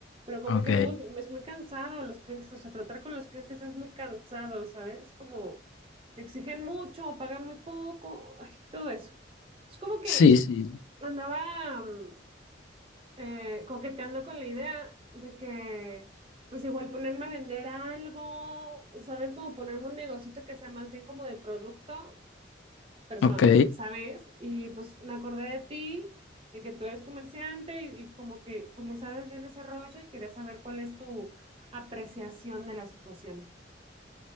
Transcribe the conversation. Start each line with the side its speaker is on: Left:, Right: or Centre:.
Right: Pero como
Left: Ok,
Right: que es muy, es muy cansado los clientes, o sea, tratar con los clientes es muy cansado, ¿sabes? Como exigen mucho, pagan muy poco, ay, todo eso. Es como que
Left: sí, sí,
Right: andaba mm, eh, coqueteando con la idea de que, pues igual ponerme a vender algo, ¿sabes? Como ponerme un negocito que sea más bien como de producto, persona,
Left: ok,
Right: ¿sabes? Y pues me acordé de ti, de que tú eres comerciante y, y como que pues le sabes bien ese rollo y quería saber cuál es tu apreciación de la situación.